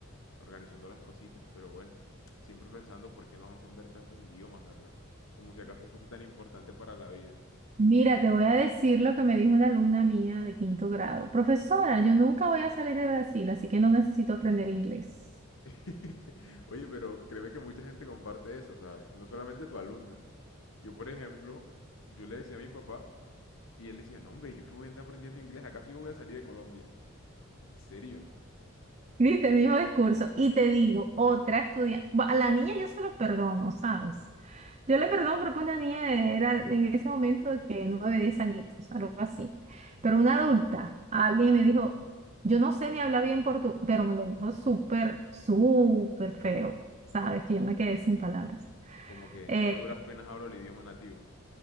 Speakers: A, on the left (about 65°); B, on the right (about 30°).
A: organizando las cositas, pero bueno, siempre pensando por qué nos hacen ver tantos idiomas, ¿verdad? Como si acaso fuese tan importante para la vida.
B: Mira, te voy a decir lo que me dijo una alumna mía de quinto grado. Profesora, yo nunca voy a salir de Brasil, así que no necesito aprender inglés.
A: <laughs> Oye, pero créeme que mucha gente comparte eso, ¿sabes? No solamente tu alumna. Yo, por ejemplo, yo le decía a mi papá y él decía, no, hombre, ¿yo qué voy a andar aprendiendo inglés? ¿Acaso yo voy a salir de Colombia? ¿En serio?
B: Viste, el mismo discurso. Y te digo, otra estudiante, a la niña yo se lo perdono, ¿sabes? Yo le perdono porque una niña era en ese momento de que 9, 10 añitos, algo así. Pero una adulta, alguien me dijo, yo no sé ni hablar bien portugués, pero me lo dijo súper, súper feo, ¿sabes? Que yo me quedé sin palabras.
A: Como que
B: Eh,
A: yo a duras penas hablo el idioma nativo.